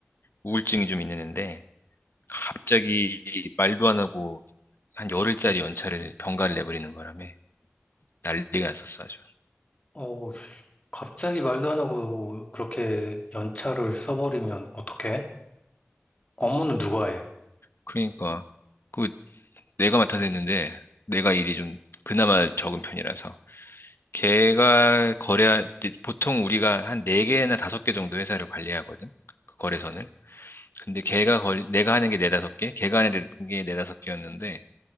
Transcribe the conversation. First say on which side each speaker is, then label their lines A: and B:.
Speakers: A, on the left; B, on the left.
A: 우울증이 좀 있는데, 갑자기 말도 안 하고 한 열흘짜리 연차를 병가를 내버리는 바람에 난리가 났었어, 아주.
B: 어, 갑자기 말도 안 하고 그렇게 연차를 써버리면 어떡해? 업무는 누가 해?
A: 그러니까, 그 내가 맡아서 했는데, 내가 일이 좀 그나마 적은 편이라서, 걔가 거래, 보통 우리가 한 네개나 다섯 개 정도 회사를 관리하거든? 그 거래선을. 근데 걔가 걸, 내가 하는 게 네다섯 개, 걔가 하는 게 네다섯 개였는데,